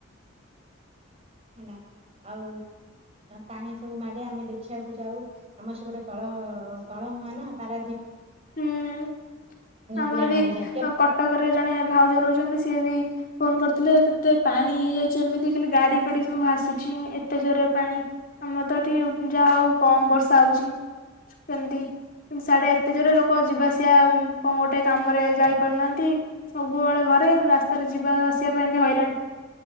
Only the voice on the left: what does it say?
ହୁଁ ଆମର
ବି
କଟକରେ ଜଣେ ଭାଉଜ ରହୁଛନ୍ତି ସିଏ ବି ଫୋନ କରିଥିଲେ କେତେ ପାଣି ହେଇଯାଇଛି, ଏମିତି ଦେିଲେ ଗାଡି ଫାଡି ସବୁ ଭାସୁଛି ଏତେ ଜୋରରେ ପାଣି ଆମର ତ ଏଠି ଯାହା ହଉ କମ ବର୍ଷା ହଉଛି ସେମିତିତି ସାଢେ ତେ ଜୋରେ ଲୋକ ଯିବା ଆସିବା କଣ ଗୋଟେ କାମ ରେ ଯାଇ ପାରୁନାହାନ୍ତି। ସବୁବେଳେ ଘରେ ରାସ୍ତାରେ ଯିବା ଆସିବା ପାଇଁ ବି ହଇରାଣ